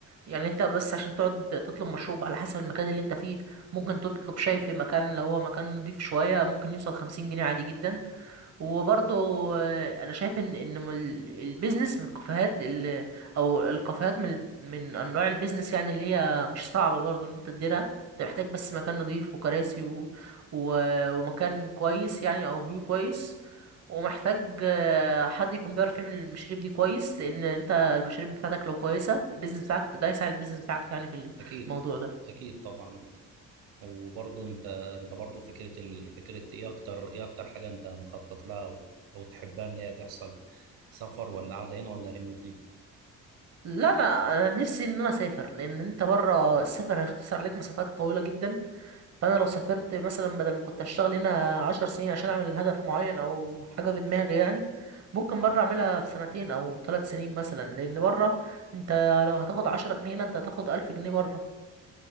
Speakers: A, on the right (about 50°); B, on the right (about 85°).
A: يعني انت بس عشان تقعد تطلب مشروب على حسب المكان اللي انت فيه ممكن تطلب شاي في مكان لو هو مكان نضيف شويه ممكن يوصل خمسين جنيه عادي جدا وبرضه آه، انا شايف ان ان م- ال- البيزنس من الكافيهات ال- او الكافيهات من من انواع البيزنس يعني اللي هي مش صعبه برضه ان انت تديرها انت محتاج بس مكان نضيف وكراسي و... و... ومكان كويس يعني او فيو كويس ومحتاج آه، حد يكون بيعرف يعمل المشاريب دي كويس لان انت المشاريب بتاعتك لو كويسه البيزنس بتاعك ده هيساعد البيزنس بتاعك يعني في
B: أكيد
A: الموضوع ده
B: أكيد طبعا وبرضه انت انت برضه فكره ال... فكره ايه اكتر ايه اكتر حاجه انت مخطط لها او, أو تحبها ان هي تحصل سفر ولا قاعده هنا ولا ريموتلي
A: لا انا انا نفسي ان انا اسافر لان انت بره السفر هيختصر عليك مسافات طويله جدا فانا لو سافرت مثلا بدل ما كنت اشتغل هنا عشر سنين عشان اعمل هدف معين او حاجه في دماغي يعني ممكن بره اعملها في سنتين او ثلاث سنين مثلا لان بره انت لو هتاخد عشرة جنيه هنا انت هتاخد الف جنيه بره